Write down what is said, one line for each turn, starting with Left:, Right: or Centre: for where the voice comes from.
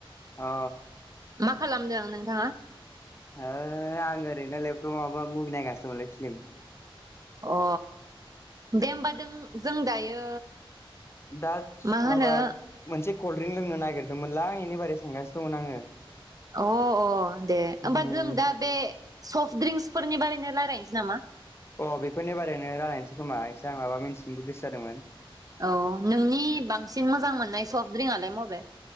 Left: अ।
Right: मा खालामदों नोंथाङा?
Left: ओ आं ओरैनो लेपटप माबा मुभि नायगासिनो दंमोनलै फिलिम।
Right: अ दे होमबा दों जों दायो
Left: दा
Right: मा होनो
Left: माबा मोनसे कल्ड ड्रिंक लोंनो नागिरदोंमोनलां इनि बारै सोंगासिनो दंमोन आङो।
Right: अ अ दे होमबा
Left: उम
Right: जों दा बे सफ्ट ड्रिंक्सफोरनि बारैनो रायलायनोसै नामा?
Left: अ बेफोरनि बारैनो रायलायनोसै खोमा एसे आं माबा मिथिनोबो गोसो जादोंमोन।
Right: औ नोंनि बांसिन मोजां मोननाय सफ्टड्रिंकआलाय मबे?